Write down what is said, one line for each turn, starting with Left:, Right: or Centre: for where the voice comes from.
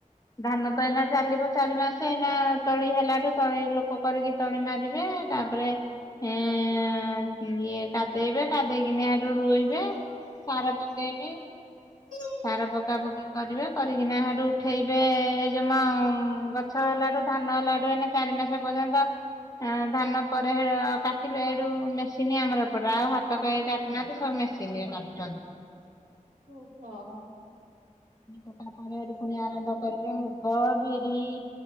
Left: ଧାନ ତ ଏଇନା ଚାଲିବ ଚାରି ମାସ ଏଇନା ତଳି ହେଲାଠୁ ତଳି ଲୋକ କରିକି ତଳି ମାରିବେ, ତାପରେ ହେଁ, ଇଏ କାଦେଇବେ, କାଦେଇକିନି ସେଇଠୁ ରୁଇବେ। ସାର ପକେଇବେ।
Right: ହ <inaudible>
Left: ସାର ପକା ପକି କରିବେ। କରିକିନା ହେଠୁ ଉଠେଇବେ ଏଇ ଯୋଉ ମୋ ଗ ଛ ହେଲାଠୁ ଧାନ ହେଲାଠୁ ଏଇନା ଚାରି ମାସ ପର୍ଯ୍ୟନ୍ତ ଆ, ଧାନ ପରେ ହେ କାଟିବେ ହେଠୁ ମେସିନ୍ ଆମର ଏପଟର ଆଉ ହାତ କେହି କାଟୁ ନାହାନ୍ତି ସବୁ ମେସିନ୍ ରେ କାଟୁ।
Right: ଓହୋ ହଁ।
Left: କଟା ପରେ ପୁଣି ଆରମ୍ଭ କରିବେ ମୁଗ, ବିରି